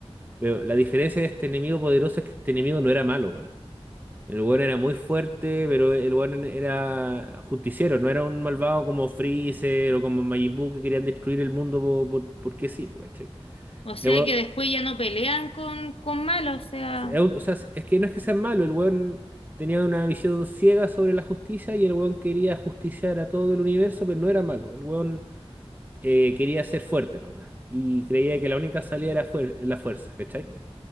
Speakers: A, on the right; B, on the left.
A: Pero la diferencia de este enemigo poderoso es que este enemigo no era malo, weón. El weón era muy fuerte, pero el weón era justiciero, no era un malvado como Freezer o como Majin Buu que querían destruir el mundo po- por- porque sí, po, ¿cachai?
B: O
A: Este
B: sea
A: weón-
B: que después ya no pelean con, con malo, o sea,
A: es un- o sea, es que no es que sea malo, el weón tenía una visión ciega sobre la justicia y el weón quería justiciar a todo el universo, pero no era malo, el weón eh, quería ser fuerte nomás y creía que la única salida era fuer- la fuerza, ¿cachai?